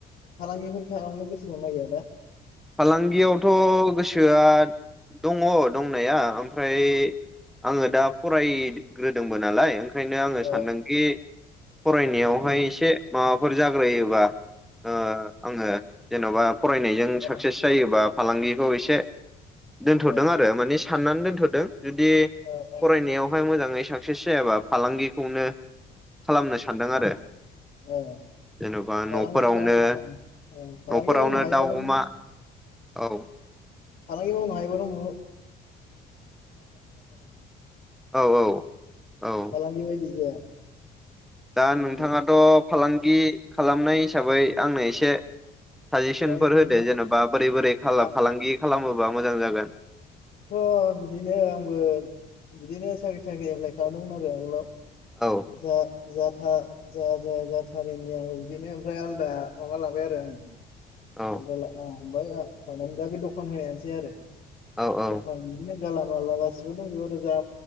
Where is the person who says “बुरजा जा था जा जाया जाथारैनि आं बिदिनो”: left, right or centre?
Left